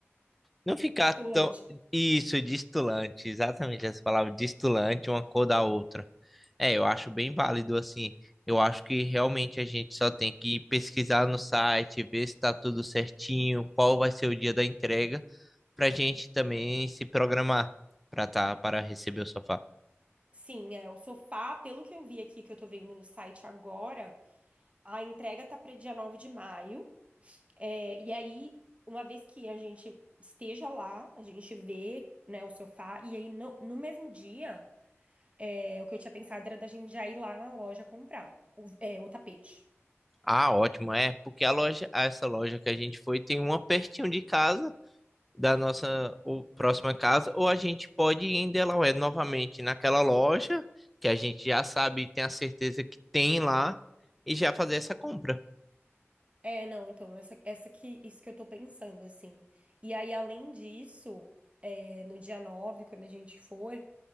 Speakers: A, in the centre; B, on the right (about 25°).
A: não ficar
B: Distoante.
A: tão, isso, distulante, exatamente essa palavra, distulante, uma cor da outra. É, eu acho bem válido, assim, eu acho que realmente a gente só tem que pesquisar no site, ver se tá tudo certinho, qual vai ser o dia da entrega, pra gente também se programar pra tá, para receber o sofá.
B: Sim, é, o sofá, pelo que eu vi aqui, que eu tô vendo no site agora, a entrega tá para dia 9 de maio. É, e aí, uma vez que a gente esteja lá, a gente vê, né, o sofá, e aí no, no mesmo dia, é, o que eu tinha pensado era da gente já ir lá na loja comprar o, é, o tapete.
A: Ah, ótimo, é, porque a loja, essa loja que a gente foi tem uma pertinho de casa, da nossa ou próxima casa, ou a gente pode ir em Delaware novamente naquela loja que a gente já sabe e tem a certeza que tem lá e já fazer essa compra.
B: É, não, então, essa, essa que, isso que eu tô pensando, assim. E aí, além disso, é, no dia 9 quando a gente for,